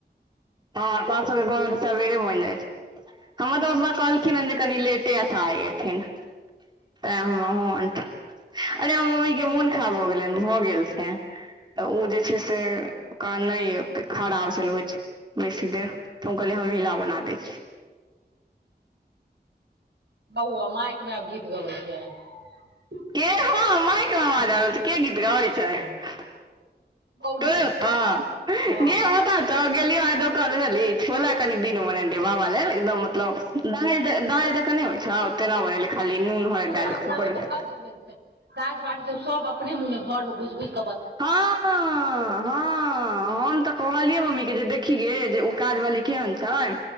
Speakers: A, on the right; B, on the right.
A: हँ तोहर सबके घर में सबेरे बनि जाइत छौ हमर तऽ पप्पा कहलखिन हेँ जे कनि लेटे आ आइ एथीन तै हमहु अनठेने अरे हम मम्मी के मोन खा भऽ गेलनि भऽ गेल छै तऽ ओ जे छै से कम नहि अबतैय खराब छल होइ छै बेसी देर त हम कहली हमिला बना द छी
B: बहुआ माइक मे आब गीत गबय छियै
A: के हँ मायक मे आवाज आबि रहल छय के गीत गाबैत छय
B: बौ गीत
A: तोरे
B: सब
A: ओतैय
B: हँ
A: गे होत त गेलिलो आय दुकान पर बचझलहि छोला कनि द भ बाबा ल एकदम मतलब दाल नै होई छौ तेना बनेलियै खाली नून हरैद
B: हमरा
A: डालि कऽ
B: घर
A: कूकर
B: में तऽ
A: मे
B: हद भेल छै काजबाली त सब अपने मुने घर में घुस घुस
A: हँ हँ हम तऽ कहलियै मम्मी के जे काज वाली केहन छै